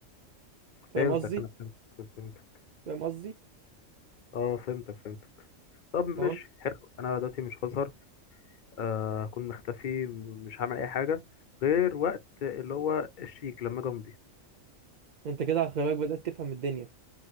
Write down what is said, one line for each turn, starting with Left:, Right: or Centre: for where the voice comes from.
Right: فاهم
Left: فهمتك
Right: قصدي
Left: انا فهمتك فهمتك
Right: فاهم قصدي
Left: اه فهمتك فهمتك طب ماشي
Right: تمام
Left: حلو انا دلوقتي مش هظهر آه، هكون مختفي مش هعمل اي حاجه غير وقت اللي هو الشيك لما اجي امضي
Right: انت كده على خلي بالك بدأت تفهم الدنيا